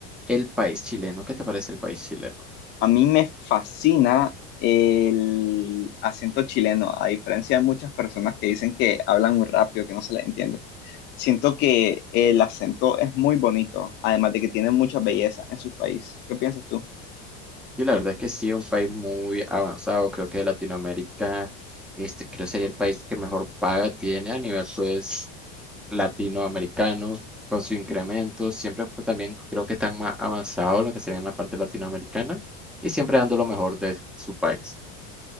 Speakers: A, in the centre; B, on the left (about 35°).
A: el país chileno. ¿Qué te parece el país chileno?
B: A mí me fascina el acento chileno, a diferencia de muchas personas que dicen que hablan muy rápido, que no se les entiende. Siento que el acento es muy bonito, además de que tiene mucha belleza en su país. ¿Qué piensas tú?
A: sí la verdad es que sí, es un país muy avanzado, creo que de Latinoamérica, este creo sería el país que mejor paga tiene a nivel pues latinoamericanos con su incremento, siempre pues también creo que están más avanzados lo que sería en la parte latinoamericana y siempre dando lo mejor de su país.